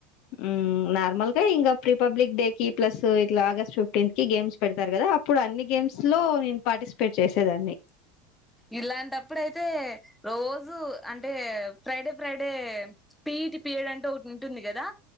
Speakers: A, on the left; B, in the centre.
A: ఉ నార్ మల్కా ఇంకా ప్రీపబ్లిక్ డే కి ప్లస్ ఇట్లా ఆగస్ట్ ఫిఫ్టీన్త్ కి గేమ్స్ పెడతారు కదా అప్పుడు అన్ని గేమ్స్ లో లో నేను పార్టిసిపేట్ చేసేదాన్ని
B: ఇలాంటప్పుడు అయితే రోజు అంటే Friday Friday PET P period అంటూ ఒకటి ఉంటుంది కదా